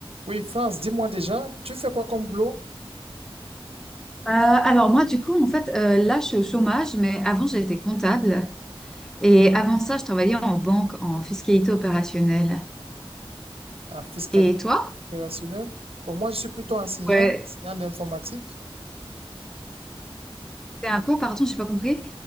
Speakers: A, on the right; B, in the centre.
A: Oui, France, dis-moi déjà, tu fais quoi comme boulot
B: Euh, alors moi, du coup, en fait, euh, là, je suis au chômage, mais avant, j'étais comptable. Et avant ça, je travaillais en banque, en fiscalité opérationnelle.
A: en fiscalité
B: Et toi?
A: opérationnelle? Pour moi, je suis plutôt enseignant,
B: Ouais.
A: enseignant d'informatique.
B: C'est un quoi, pardon, j'ai pas compris.